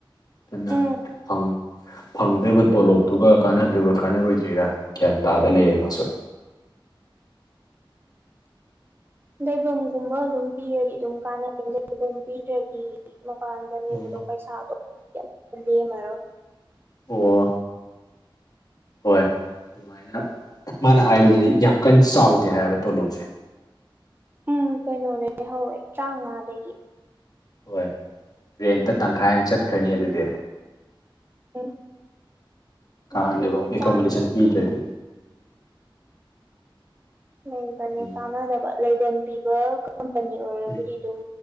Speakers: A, on the left; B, on the right.
A: ꯗꯨꯅ
B: ꯎꯝ
A: ꯐꯪ ꯐꯪꯗꫭꯏꯕ ꯇꯣꯂꯣꯞꯇꯨꯒ ꯀꯥꯟꯅꯗꫭꯏꯕ ꯀꯥꯟꯅꯔꯣꯏꯔꯥ ꯒ꯭ꯌꯥꯟ ꯇꯥꯗ ꯂꯩꯔꯦ ꯃꯥꯁꯨ <unintelligible>
B: ꯂꯩꯕꯝꯒꯨꯝꯕ ꯑꯗꯨꯝ ꯄꯤꯔꯗꯤ ꯑꯗꯨꯝ ꯀꯥꯟꯅꯩ ꯂꯩꯐꯝ ꯄꯤꯗ꯭ꯔꯗꯤ ꯃꯄꯥꯟꯗ ꯂꯩꯕꯗꯣ
A: ꯎꯝ
B: ꯄꯩꯁꯥꯗꯣ ꯀꯩꯝꯇ ꯂ‌ꯦꯝꯃꯔꯣ
A: ꯑꯣ ꯍꯣꯏ ꯑꯗꯨꯃꯥꯏꯅ ꯃꯥꯅ ꯍꯥꯏꯕꯗꯗꯤ ꯌꯥꯝ ꯀꯟꯅ ꯆꯥꯎꯗꯦ ꯍꯥꯏꯕ ꯇꯣꯂꯣꯞꯁꯦ
B: ꯎꯝ ꯀꯩꯅꯣꯗꯒꯤ ꯍꯧꯋꯦ ꯇꯔꯥꯡꯉꯥꯗꯒꯤ
A: ꯍꯣꯏ ꯔꯦꯟꯇ ꯇꯪꯈꯥꯏ ꯑꯃ ꯆꯠꯈ꯭ꯔꯅꯤ ꯑꯗꯨꯗꯤ
B: ꯎꯝ
A: ꯀꯥ
B: ꯑꯗꯨꯅ
A: ꯂꯩꯕꯝꯕꯧ ꯍ‌ꯦꯛ
B: ꯆꯥ
A: ꯀꯣꯃꯣꯗꯦꯁꯟ ꯄꯤꯗ꯭ꯔꯗꯤ
B: ꯂꯩꯕꯅꯦ
A: ꯎꯝ
B: ꯀꯥꯟꯅꯗꯕ ꯂꯩꯐꯝ ꯄꯤꯕ ꯀꯝꯄꯅꯤ ꯑꯣꯏꯔꯕꯨꯗꯤ
A: ꯎꯝ
B: ꯑꯗꯨꯝ